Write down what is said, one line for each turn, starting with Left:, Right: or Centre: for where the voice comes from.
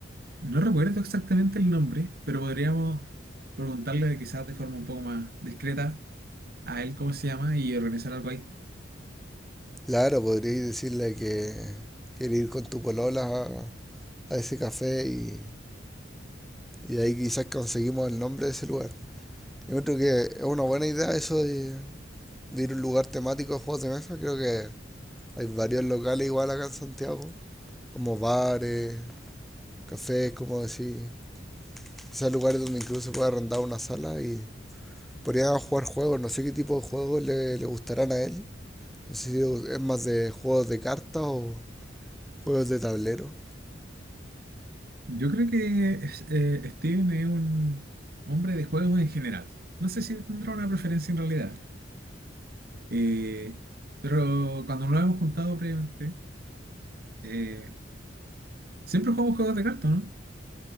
Right: No recuerdo exactamente el nombre, pero podríamos preguntarle quizás de forma un poco más discreta a él cómo se llama y organizar algo ahí.
Centre: Claro, podríais decirle que quiere ir con tu polola a, a ese café y, y ahí quizás conseguimos el nombre de ese lugar. Yo creo que es una buena idea eso de, de ir a un lugar temático de juegos de mesa. Creo que hay varios locales igual acá en Santiago, como bares, cafés, como decir. Quizás lugares donde incluso se puede arrendar una sala y podrían jugar juegos. No sé qué tipo de juegos le, le gustarán a él. No sé si es más de juegos de cartas o juegos de tablero.
Right: Yo creo que es- eh, Steven es un hombre de juegos en general. No sé si tendrá una preferencia en realidad, Eh, pero cuando nos hemos juntado previamente, eh, siempre jugamos juegos de cartas, ¿no?